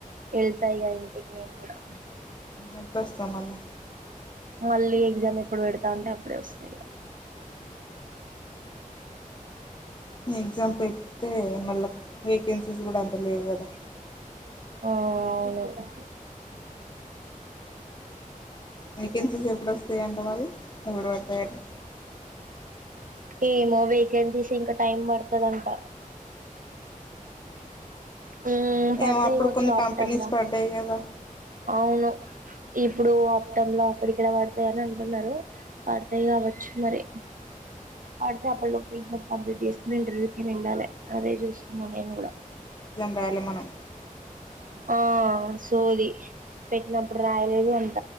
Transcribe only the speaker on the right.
ఎళ్తా ఇగ ఇంటికి నేను గూడా
మళ్ళీ ఎగ్జామ్ ఎప్పుడు పెడతా అంటే అప్పుడే వస్తా ఇగ
ఆ అవును
ఏమో వేకెన్సీస్ ఇంకా టైం పడుతదంట మ్మ్ పడతాయి
కావచ్చు
ఆప్టంలా
అవును ఇప్పుడు ఆప్టమ్ లా అక్కడిక్కడ పడతాయిని అంటన్నారు పడతాయి గావచ్చు మరి పడితే అప్పల్లో కంప్లీట్ చేసుకుని ఇంటర్వ్యూ కేనా వెళ్ళాలే అదే జూస్తున్నా నేను కూడా
ఆ సోది పెట్టినప్పుడు రాయలేదు అంట